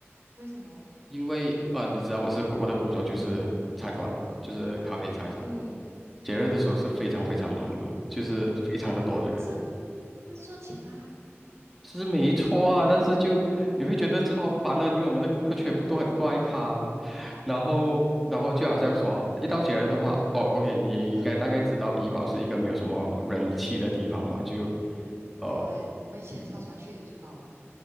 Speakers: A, on the right (about 70°); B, in the centre.
A: 为什么？
B: 因为呃，你知道我是我的工作就是餐馆啦，就是咖啡餐馆了。
A: 嗯
B: 节日的时候是非常非常忙碌的，
A: 嗯，
B: 就是非常的多的人。
A: 但是但是赚钱啊，
B: 是没错啊，但是就你会觉得超烦的，因为我们的顾客全部都很怪咖，然后然后就好像说一到节日的话，哦，OK，你也应该大概知道怡保是一个没有什么人气的地方嘛，就
A: 嗯没有嘞，
B: 呃。
A: 我们以前超喜欢去怡保的。